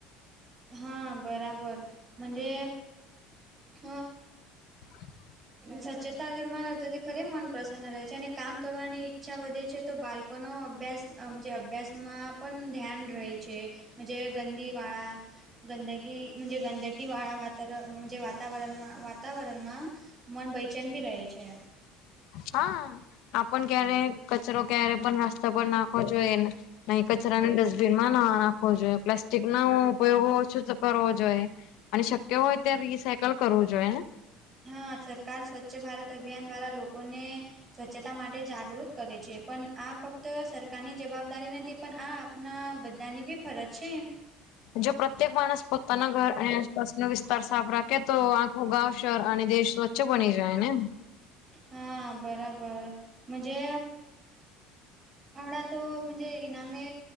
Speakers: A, on the right; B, on the left.
A: હા બરાબર મજે હ
B: <inaudible>
A: સચછતા ઘરમાં રહતે ત ખરે મન પ્રસન્ન રહે છે, અને કામ કરવાની ઈચ્છા વધે છે, તો બાલ કોનો અભ્યાસજ અ મજે અભ્યાસમાં પન ધ્યાન રહે છે. મજે ગંદી વાળા ગંદગી મુ જે ગંદગીવાળા વાતર મુજે વાતાવરણમાં વાતાવરણમાં મન બયચેન બી રહે છે.
B: હા આપન ક્યારે કચરો ક્યારે પણ નાસ્તા પર નાખો જોઈએ નહી કચરાને ડસ્ટ <unintelligible> માં ના નાખવો જોઈએ પ્લાસ્ટિકનો ઉપયોગો ઓછો કરવો જોઈએ. અને શક્ય હોય ત્યા રિસાયકલ કરવું જોઈએને?
A: હા સરકાર સ્વચ્છ ભારત અભિયાન દ્વારા લોકોને સ્વચ્છતા માટે જાગૃત કરે છે, પણ આ ફક્ત સરકારની જવાબદારી નથી પણ આ ના બધાની બી ફરજ છે.
B: જો પ્રત્યેક માણસ પોતાના ઘર અને બસ નો વિસ્તાર સાફ રાખે તો આખું ગાવ શહર અને દેશ સ્વચ્છ બની જાય ને?
A: હા બરાબર મુજે હમણાં તો મંજે ઈનામે,